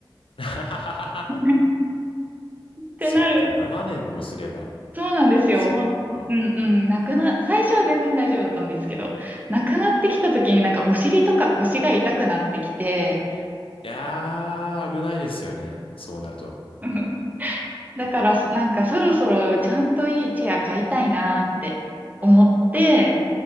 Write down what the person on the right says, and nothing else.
<laughs> ってなる。
そうなんですよ。
ほんうんうん。なくな、最初は全然大丈夫だったんですけど、なくなってきた時になんかお尻とか腰が痛くなってきて、
<laughs> だからそ、なんかそろそろちゃんといいチェア買いたいなって思って、